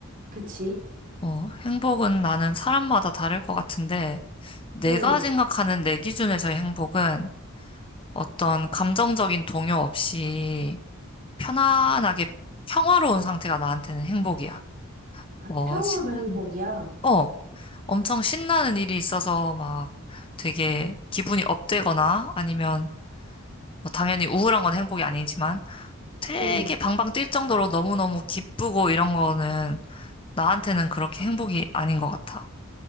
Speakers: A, on the right; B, on the left.
A: 그치?
B: 어, 행복은 나는 사람마다 다를 것 같은데, 내가
A: 응.
B: 생각하는 내 기준에서의 행복은 어떤 감정적인 동요 없이 편안하게 평화로운 상태가 나한테는 행복이야.
A: 아,
B: 뭐,
A: 평화가
B: 신나는,
A: 행복이야.
B: 어, 엄청 신나는 일이 있어서 막 되게 기분이 업되거나 아니면 뭐 당연히 우울한 건 행복이 아니지만 되게
A: 응.
B: 방방 뛸 정도로 너무너무 기쁘고 이런 거는 나한테는 그렇게 행복이 아닌 것 같아.